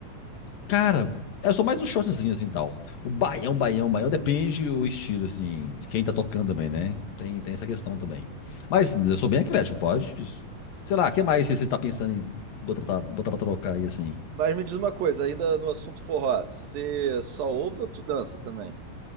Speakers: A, on the left; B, on the right.
A: Cara, eu sou mais um shortzinho assim tal. O baião, baião, baião, depende o estilo, assim, de quem tá tocando também, né? Tem, tem essa questão também. Mas eu sou bem eclético, pode. Sei lá, o que mais você tá pensando em botar, pra- botar pra trocar aí, assim?
B: Mas me diz uma coisa, ainda no assunto forró, você só ouve ou tu dança também?